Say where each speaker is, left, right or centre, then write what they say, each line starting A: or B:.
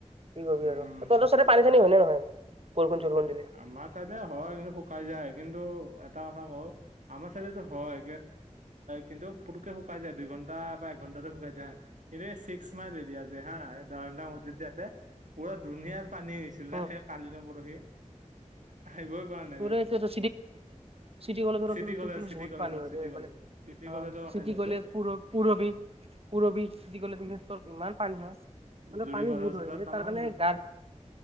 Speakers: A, on the right (about 50°); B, on the right (about 80°).
A: কি কবি
B: উম,
A: আৰু। ত'ত চাইতে পানী-চানী হয় নে নহয়? বৰষুণ চৰষুণ
B: উম।
A: দিলে
B: আমাৰ চাইডে হয় কিন্তু শুকাই যায়, কিন্তু এটা কথা কওঁ- আমাৰ ছাইডে টো হয়, কিন্তু পুতুকে শুকাই যায়। দুই ঘন্টা বা এঘণ্টাটো শুকাই যায়, কিন্তু এই ছিক্স মাইল এৰিয়া যে হয় নহয়, দাৰটা মছজিদ যে আছে। পুৰা ধুনীয়াৰ পানী হৈছিলে
A: উম
B: সেই কালি নে পৰহি। আহিবই পৰা নাই
A: তোৰে
B: ৰে।
A: চিটি চিটি কলেজৰ ওচৰত
B: চিটি কলেজ, চিটি
A: বহুত
B: কলেজ
A: পানী
B: আৰু
A: হৈ
B: চিটি
A: যায়
B: কলেজ।
A: মানে
B: চিটি
A: অ',
B: কলেজৰ কথাই
A: চিটি
B: কৈছো।
A: কলেজ পুৰ পুৰবী পুৰবী চিটি কলেজ ইমান পানী হয় মানে
B: জুৰি
A: পানী
B: পাৰ
A: বহুত হয় এই
B: তাম
A: তাৰ
B: <inaudible>
A: কাৰণে গাৰ